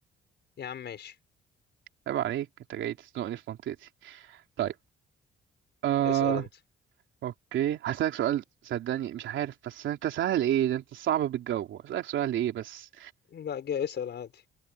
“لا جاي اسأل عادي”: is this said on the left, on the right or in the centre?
Left